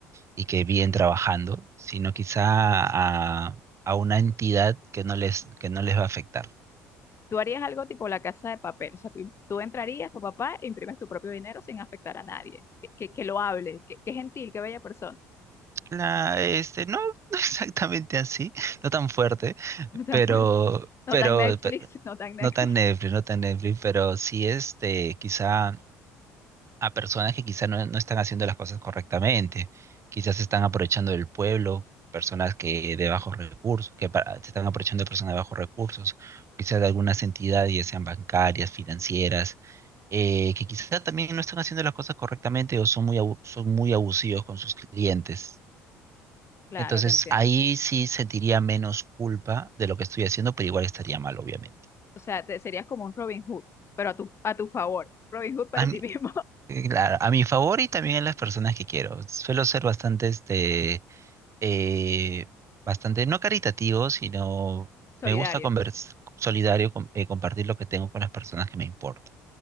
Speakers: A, on the right; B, on the left.
A: y que viven trabajando, sino quizá a, a una entidad que no les, que no les va a afectar.
B: Tú harías algo tipo la casa de papel. O sea, tú, tú entrarías, papá, papá, e imprimes tu propio dinero sin afectar a nadie. Que, que, que lo hable. Que, que gentil, qué bella persona.
A: La, este, no, <laughs> no exactamente así, no tan fuerte,
B: <laughs> No tan
A: pero,
B: fuerte. No
A: pero,
B: tan Netflix,
A: pe-
B: no tan Netflix.
A: no tan Netflix, no tan Netflix, pero sí este, quizá a personas que quizá no, no están haciendo las cosas correctamente, quizás se están aprovechando del pueblo, personas que de bajos recursos, que para- se están aprovechando de personas de bajos recursos, quizás de algunas entidades, ya sean bancarias, financieras, eh, que quizá también no están haciendo las cosas correctamente o son muy, abu- son muy abusivos con sus clientes.
B: Claro,
A: Entonces
B: te entiendo.
A: ahí sí sentiría menos culpa de lo que estoy haciendo, pero igual estaría mal, obviamente.
B: O sea, te, serías como un Robin Hood, pero a tu, a tu favor. Robin Hood para
A: A mi,
B: ti mismo.
A: eh, claro, a mi favor y también a las personas que quiero. Suelo ser bastante, este, eh, bastante, no caritativo, sino
B: <laughs> Solidario.
A: me gusta convers- solidario, com- eh, compartir lo que tengo con las personas que me importan.